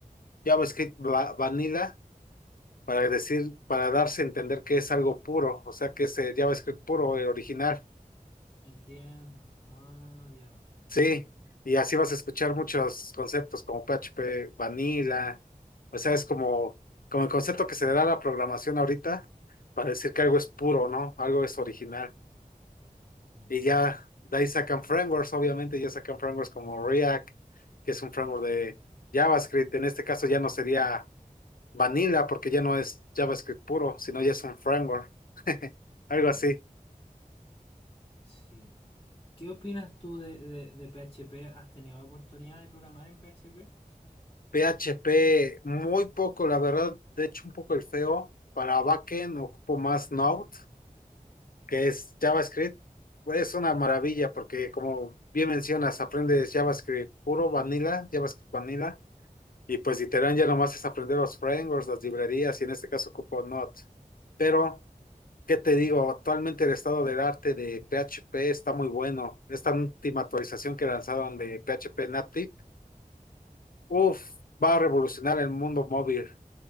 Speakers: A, on the left (about 70°); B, on the left (about 25°).
A: JavaScript va- Vanilla para decir, para darse a entender que es algo puro, o sea que es el JavaScript puro, el original.
B: Entiendo. Ah, ya.
A: Sí, y así vas a escuchar muchos conceptos como PHP, Vanilla, o sea, es como, como el concepto que se le da a la programación ahorita para decir que algo es puro, ¿no? Algo es original.
B: Mm,
A: Y ya de ahí sacan frameworks, obviamente, ya sacan frameworks como React, que es un framework de JavaScript. En este caso ya no sería Vanilla porque ya no es JavaScript puro, sino ya es un framework, <laughs> algo
B: mm,
A: así.
B: sí. ¿Qué opinas tú de, de- de PHP? ¿Has tenido oportunidad de programar en PHP?
A: PHP muy poco, la verdad, de hecho un poco el feo. Para backend ocupo más Node, que es JavaScript. Es una maravilla porque como bien mencionas, aprendes JavaScript puro, vanilla, JavaScript vanilla. Y pues literal ya nomás es aprender los frameworks, las librerías, y en este caso ocupo Node. Pero, ¿qué te digo? Actualmente el estado del arte de PHP está muy bueno. Esta última actualización que lanzaron de PHP Native, uff, va a revolucionar el mundo móvil.